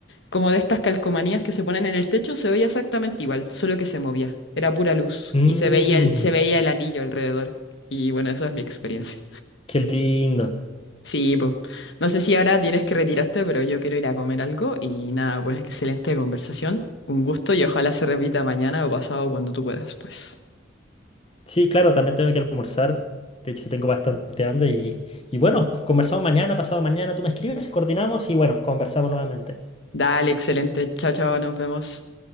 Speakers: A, on the left; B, on the left.
A: como de estas calcomanías que se ponen en el techo, se veía exactamente igual, solo que se movía. Era pura luz.
B: Mm,
A: Y se veía el, se veía el anillo alrededor. Y bueno, esa es mi experiencia.
B: qué lindo.
A: Sí, pues. No sé si ahora tienes que retirarte, pero yo quiero ir a comer algo. Y nada, pues excelente conversación. Un gusto y ojalá se repita mañana o pasado cuando tú puedas, pues.
B: Sí, claro, también tengo que almorzar. De hecho, tengo bastante hambre y, y bueno, conversamos mañana, pasado mañana, tú me escribes, coordinamos y bueno, conversamos nuevamente.
A: Dale, excelente. Chao, chao, nos vemos.